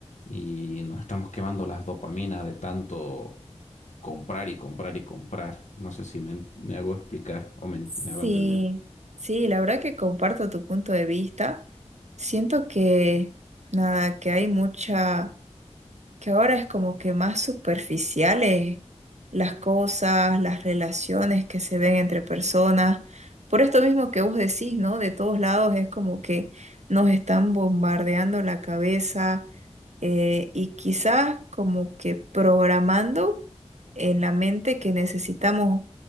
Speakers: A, on the left (about 75°); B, on the right (about 70°).
A: Y nos estamos quemando las dopaminas de tanto comprar y comprar y comprar. No sé si me, me hago explicar o me
B: Sí,
A: me hago entender.
B: sí, la verdad que comparto tu punto de vista. Siento que, nada, que hay mucha... que ahora es como que más superficiales las cosas, las relaciones que se ven entre personas. Por esto mismo que vos decís, ¿no? De todos lados es como que nos están bombardeando la cabeza eh, y quizás como que programando en la mente que necesitamos